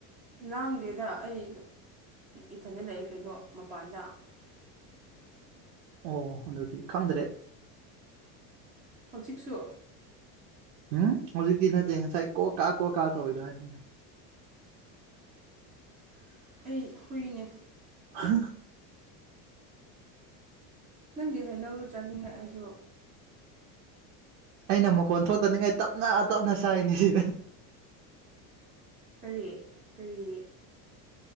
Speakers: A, on the right (about 15°); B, on the right (about 75°).
A: ꯂꯥꯡꯗꯦꯗ ꯑꯩ ꯏꯊꯟꯗ ꯂꯩꯔꯤ ꯀꯩꯅꯣ ꯃꯄꯥꯟꯗ ꯎꯝ
B: ꯑꯣ ꯑꯗꯨꯗꯤ ꯈꯪꯗ꯭ꯔꯦ
A: ꯍꯧꯖꯤꯛꯁꯨ
B: ꯎꯝ ꯍꯧꯖꯤꯛꯇꯤ ꯅꯠꯇꯦ ꯉꯁꯥꯏ ꯀꯣꯛ ꯀꯥ ꯀꯣꯛ ꯀꯥ ꯇꯧꯋꯤꯅꯣ ꯍꯥꯏꯅꯤꯗ
A: <unintelligible> ꯑꯩ ꯍꯨꯏꯅꯦ
B: ꯍꯥ
A: ꯅꯪꯒꯤ ꯍꯩꯅꯧꯔꯨ ꯆꯠꯅꯤꯅꯦ ꯑꯩꯁꯨ
B: ꯑꯩꯅ ꯃꯈꯣꯟ ꯊꯣꯛꯇꯅꯤꯡꯉꯥꯏ ꯇꯞꯅ ꯇꯞꯅ ꯁꯥꯏꯅꯤ ꯁꯤ
A: ꯀꯔꯤ ꯀꯔꯤ